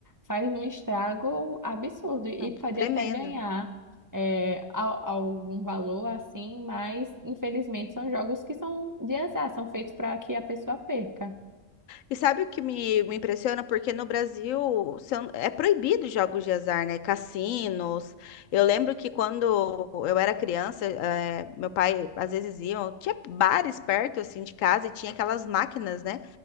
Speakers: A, on the right; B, on the left.
A: faz um estrago absurdo e
B: é
A: pode
B: tremendo.
A: até ganhar é, al- algum valor assim, mas infelizmente são jogos que são de azar, são feitos para que a pessoa perca.
B: E sabe o que me, me impressiona? Porque no Brasil se eu- é proibido jogos de azar, né? Cassinos. Eu lembro que quando eu era criança, eh, meu pai às vezes iam, tinha bares perto assim de casa e tinha aquelas máquinas, né?